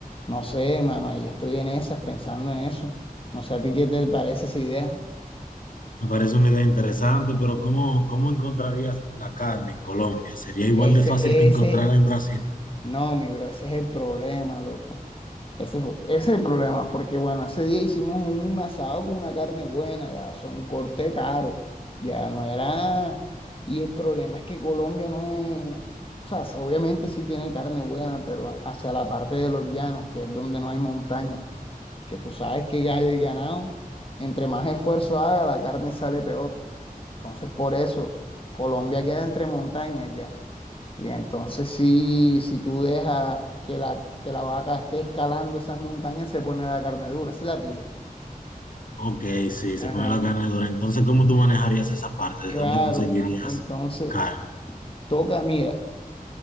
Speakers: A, on the left; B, on the left.
A: no sé, mano, ahí estoy en esas, pensando en eso. No sé a ti qué te parece esa idea.
B: Me parece una idea interesante, pero ¿cómo, cómo encontrarías la carne en Colombia? ¿Sería igual
A: Ese,
B: de fácil que encontrarla
A: ese,
B: en Brasil?
A: no, mi bro, ese es el problema, loco. Ese fue- ese es el problema, porque bueno, ese día hicimos un asado con una carne buena, ya, o sea, un corte caro, ya no era... Y el problema es que Colombia no es... O sea, sí, obviamente sí tiene carne buena, pero hacia la parte de los llanos, que es donde no hay montaña, que tú sabes que ga- el ganado, entre más esfuerzo haga, la carne sale peor. Entonces, por eso, Colombia queda entre montañas ya. Y entonces, si, si tú dejas que la, que la vaca esté escalando esas montañas, se pone la carne dura, si la pilla.
B: Ok, sí,
A: Ajá.
B: se pone la carne dura. Entonces, ¿cómo tú manejarías esa parte?
A: Claro,
B: ¿De dónde conseguirías
A: entonces,
B: carne?
A: toca, mira.